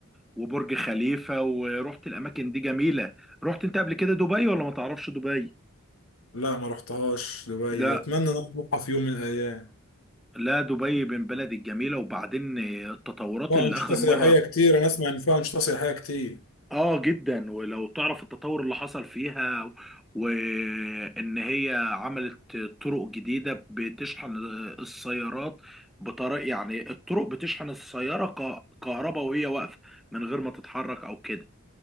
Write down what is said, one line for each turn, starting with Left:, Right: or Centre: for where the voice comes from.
Centre: وبرج خليفة ورحت الاماكن دي جميلة رحت انت قبل كده دبي ولا ما تعرفش دبي
Left: لا ما رحتهاش دبي
Centre: لا
Left: اتمنى ان أنا اروحها في يوم من الايام
Centre: لا دبي من بلد الجميلة وبعدين التطورات
Left: فيها
Centre: اللي
Left: انشطه
Centre: آخر
Left: سياحيه
Centre: مرة
Left: كتير انا اسمع ان فيها انشطه سياحيه كتير
Centre: اه جدا ولو تعرف التطور اللي حصل فيها و- وان هي عملت طرق جديدة بتشحن السيارات بطريقة يعني الطرق بتشحن السيارة ك- كهرباء وهي واقفة من غير ما تتحرك او كده